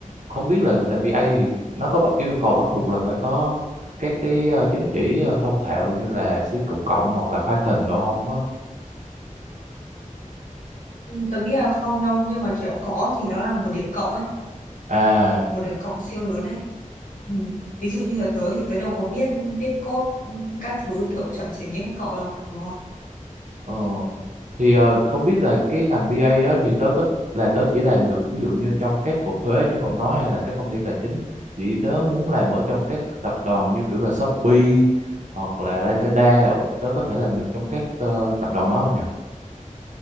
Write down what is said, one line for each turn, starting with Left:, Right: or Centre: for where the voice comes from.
Right: không biết là là BA thì nó có bắt- yêu cầu bắt buộc là phải có các cái ờ, chứng chỉ ờ, thông thạo như là C cộng cộng hoặc là Python đồ không á
Left: Ừ, tớ nghĩ là không đâu nhưng mà kiểu có thì nó là một điểm cộng ấy
Right: à
Left: một điểm cộng siêu lớn ấy ừ. ví dụ như là tớ thì tớ đâu có biết viết code ừ, các thứ kiểu chuẩn chỉnh như các cậu đâu đúng không
Right: Ờ. Thì ờ, không biết là cái ngành bê A đó thì tớ có là tớ chỉ làm được ví dụ như trong các cục thuế như cậu nói hay là các công ty tài chính chỉ tớ muốn làm ở trong các tập đoàn như kiểu là Shopee hoặc là Lazada tớ có thể làm được trong các ờ, tập đoàn đó không nhờ?